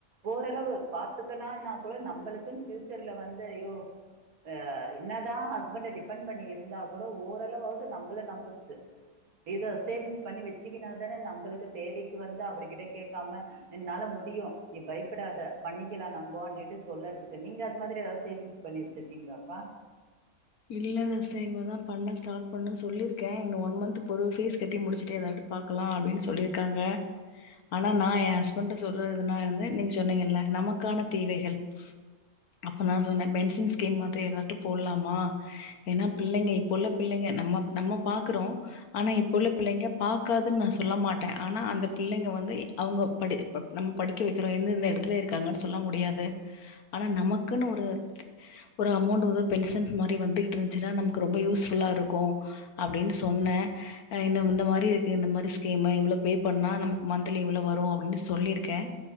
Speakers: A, on the right; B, on the left.
A: ஓரளவு பாத்துக்கனா கூட நம்மளுக்கு பச்சர்ல வந்து ஐயோ ஆ என்னதா ஹஸ்பண்ட் டிபெண்ட் பண்ணி இருந்தா கூட ஓரளவாவது நம்மள நம்புச்சு இத சேவிங்ஸ் பண்ணி வச்சுக்கனா தான நம்மளுக்கு தேவைக்கு வந்து அவர்கிட்ட கேட்காம என்னால முடியு நீ பயப்படாத பண்ணிக்கலா நம்போட்டு சொல்லறதுக்கு நீங்க இந்த மாதிரி எதாவது சேவிங்ஸ் பண்ணி வச்சிருக்கீங்களாப்பா
B: இல்லங்க சிஸ்டர் இனிமேதா பண்ண ஸ்டார்ட் பண்ண சொல்லிருக்க ஒன் மந்த் ஃபீஸ் கட்டி முடிச்சிட்டே பாக்கலா அப்டின்னு சொல்லியிருக்காங்க ஆனா நா எய ஹஸ்பண்ட் சொல்றது வந்து நீங்க சொன்னீங்கல்ல நமக்கான தேவைகள் அப்ப நா சொன்ன பென்ஷன் ஸ்கீம் மாதிரி ஏதாவது போடலாமா ஏன்னா பிள்ளைங்க இப்ப உள்ள பிள்ளைங்க நம்ம நம்ம பாக்குறோ ஆனா இப்ப உள்ள பிள்ளைங்க பாக்காதுன்னு நா சொல்ல மாட்ட ஆனா அந்த பிள்ளைங்க வந்து அவங்க படி நம்ம படிக்க வக்கிறோ எந்தெந்த எடத்துல இருக்காங்க சொல்ல முடியாது ஆனா நமக்குன்னு ஒரு ஒரு அமௌண்ட்டு பென்ஷன் மாரி வந்துகிட்டு இருந்துச்சுன்னா நமக்கு ரொம்ப யூஸ் ஃபுல்லா இருக்கூ அப்டின் சொன்ன அ இந்த மாரி இருக்கு இந்த மாரி ஸ்கீம்மு இவ்வளவு பே பண்ணா நமக்கு மந்த்லி இவ்ளோ வரு அப்டின்னு சொல்லியிருக்கே